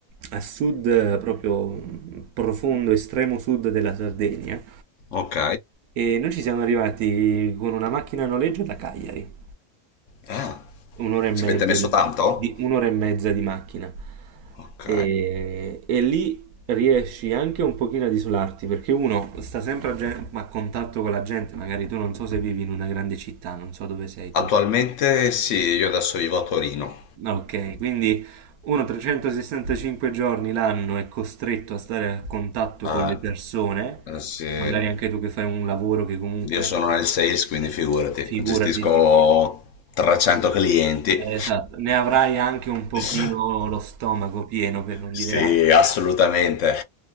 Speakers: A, on the right; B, on the left.
A: a sud, eh, proprio mm, profondo, estremo sud della Sardegna.
B: Ok.
A: E noi ci siamo arrivati con una macchina a noleggio da Cagliari.
B: Ah,
A: Un'ora e mezza
B: ci avete messo
A: di,
B: tanto?
A: di- un'ora e mezza di macchina.
B: Ok.
A: E, e lì riesci anche un pochino ad isolarti, perché uno sta sempre a, gen- a contatto con la gente, magari tu non so se vivi in una grande città, non so dove sei
B: Attualmente
A: tu.
B: sì, io adesso vivo a Torino.
A: Ok, quindi uno 365 giorni l'anno è costretto a stare a contatto
B: Eh,
A: con le persone,
B: eh, sì.
A: magari anche tu che fai un lavoro che comunque,
B: Io sono nel sales, quindi
A: eh,
B: figurati,
A: figurati.
B: gestisco 300 clienti.
A: Eh, Esatto, ne avrai anche un pochino
B: <laughs>
A: lo stomaco pieno per non
B: Sì,
A: dire altro.
B: assolutamente.